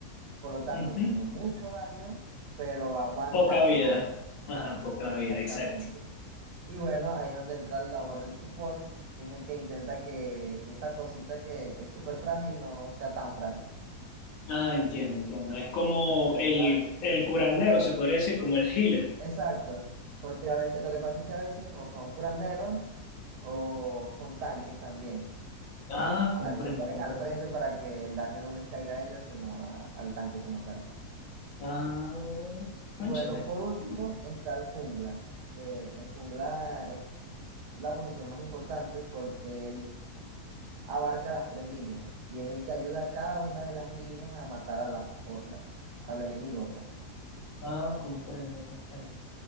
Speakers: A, on the right; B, on the left.
A: Por lo tanto,
B: Ujú.
A: tiene mucho daño, pero aguanta
B: Poca vida.
A: nada.
B: Ajá, poca
A: Exactamente.
B: vida, exacto.
A: Y bueno, ahí es donde entra la labor del support, que es el que intenta que, que esa cosita que, que es súper frágil no sea tan frágil.
B: Ah, entiendo, entiendo. Es como
A: Entonces,
B: el,
A: a veces...
B: el curandero, se podría decir, como el healer.
A: Exacto. Porque a veces, lo que pasa es que a veces o son curanderos o son tanques también.
B: Ah, comprendo,
A: para que se ponen
B: comprendo.
A: al frente para que el daño no les caiga a ellos, sino a- al tanque como tal.
B: Ah,
A: Y
B: cónchale.
A: bueno, por último está el jungla, que el jungla es la posición más importante porque él abarca las tres líneas y es el que ayuda a cada una de las líneas a matar a las otras, al enemigo, pues.
B: Ah, comprendo, comprendo.